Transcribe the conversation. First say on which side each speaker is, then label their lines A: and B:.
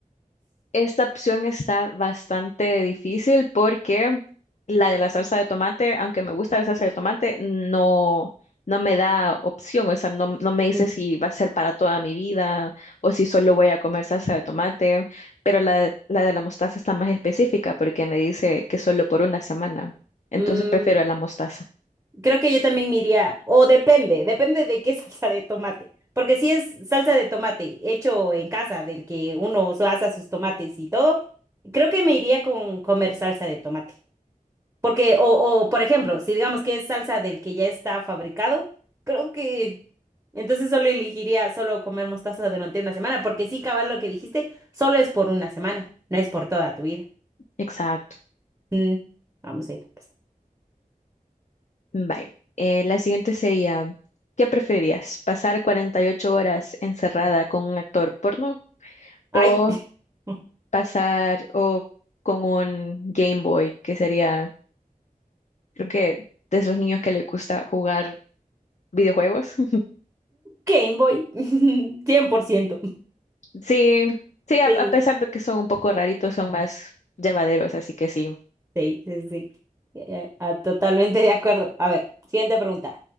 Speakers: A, on the left; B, on the right.
A: Esta opción está bastante difícil porque la de la salsa de tomate, aunque me gusta la salsa de tomate, no, no me da opción, o sea, no, no me dice
B: Mm.
A: si va a ser para toda mi vida o si solo voy a comer salsa de tomate, pero la, la de la mostaza está más específica porque me dice que solo por una semana. Entonces
B: Mm,
A: prefiero la mostaza.
B: creo que yo también me iría, o depende, depende de qué <laughs> salsa de tomate. Porque si es salsa de tomate hecho en casa, del que uno so- asa sus tomates y todo, creo que me iría con comer salsa de tomate. Porque, o, o por ejemplo, si digamos que es salsa del que ya está fabricado, creo que entonces solo elegiría solo comer mostaza durante una semana, porque sí, cabal, lo que dijiste, solo es por una semana, no es por toda tu vida.
A: Exacto.
B: Mm, vamos a ir. pues.
A: Vale. Eh, la siguiente sería, ¿qué preferirías? ¿Pasar 48 horas encerrada con un actor porno? o
B: Ay, <laughs>
A: pasar o con un Game Boy, que sería, creo que de esos niños que les gusta jugar videojuegos. <laughs>
B: Game Boy, <laughs> 100%.
A: Sí, sí, a,
B: Sí,
A: a pesar de que son un poco raritos, son más llevaderos, así que sí.
B: sí, sí, sí. Eh, ah, totalmente de acuerdo. A ver, siguiente pregunta.